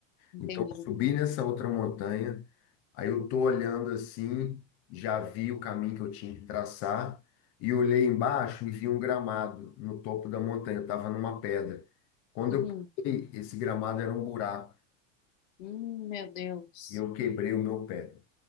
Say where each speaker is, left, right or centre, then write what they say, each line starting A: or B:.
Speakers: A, on the left; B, on the left.
A: Entendi.
B: Então, eu subi nessa outra montanha, aí eu tô olhando assim, já vi o caminho que eu tinha que traçar, e olhei embaixo e vi um gramado no topo da montanha, eu estava numa pedra. Quando
A: Uhum.
B: eu pulei, esse gramado era um buraco,
A: Hum, meu Deus.
B: e eu quebrei o meu pé.